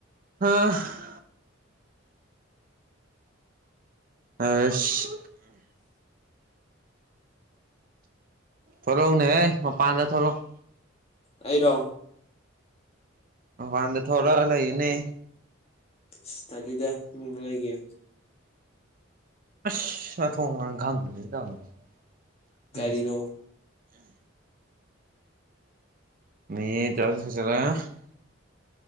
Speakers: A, on the right; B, on the left.
A: ꯍꯥ ꯑꯁ ꯊꯣꯛꯔꯛꯎꯅꯦꯍꯦ ꯃꯄꯥꯟꯗ ꯊꯣꯛꯂꯛꯎ
B: ꯑꯩꯔꯣ
A: ꯃꯄꯥꯟꯗ ꯊꯣꯛꯔꯑ ꯂꯩꯅꯦ
B: ꯏꯁ ꯇꯜꯂꯤꯗ ꯏꯃꯨꯡꯗ ꯂꯩꯒꯦ
A: ꯑꯁ ꯃꯊꯣꯡ ꯃꯔꯝ ꯈꯪꯗ꯭ꯔꯦ ꯇꯧꯏꯁꯦ
B: ꯀꯔꯤꯅꯣ
A: <unintelligible>